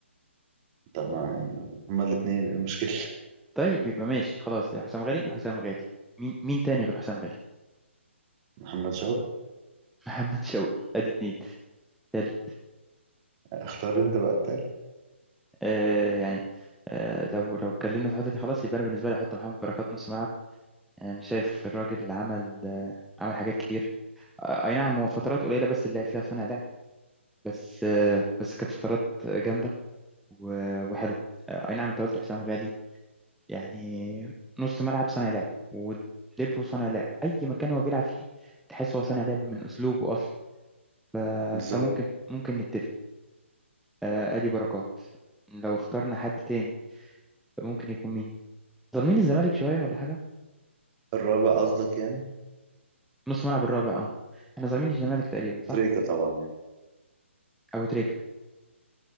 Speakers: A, on the right (about 30°); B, in the centre.
A: طب ما هما الاتنين إيه المشكلة <laughs>
B: طيب يبقى ماشي خلاص يا حسام غالي حسام غالي مين مين تاني غير حسام غالي
A: محمد شوقي
B: <laughs> محمد شوقي ادي اتنين تالت
A: اختار أنت بقى التالت
B: آه يعني آه لو لو اتكلمنا في الحته دي خلاص يبقى انا بالنسبه لي احط محمد بركات نص ملعب يعني شايف الراجل عمل آه عمل حاجات كتير آه اي نعم هو فترات قليله بس اللي لعب فيها صانع لعب بس آه بس كانت فترات جامده و- وحلوة آه، أي نعم أنت قلت حسام غالي يعني نص ملعب صانع لعب وليبرو صانع لعب أي مكان هو بيلعب فيه تحس هو صانع لعب من أسلوبه أصلا آه،
A: بالظبط
B: فممكن ممكن نتفق آه، أدي بركات لو اخترنا حد تاني ممكن يكون مين ظالمين الزمالك شوية ولا حاجة
A: الرابع قصدك يعني
B: نص ملعب الرابع أه إحنا ظالمين الزمالك تقريبا صح
A: تريكة طبعا يعني
B: أبو تريكة